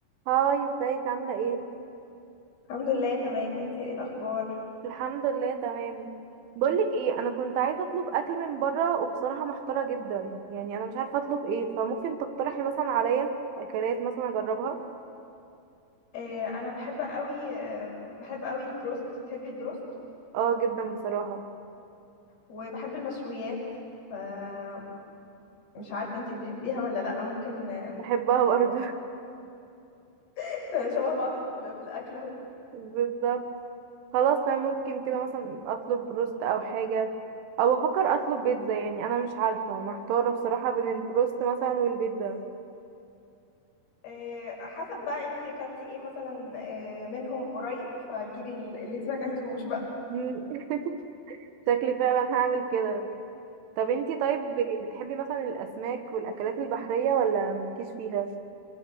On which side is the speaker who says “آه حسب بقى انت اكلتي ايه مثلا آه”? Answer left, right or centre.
Left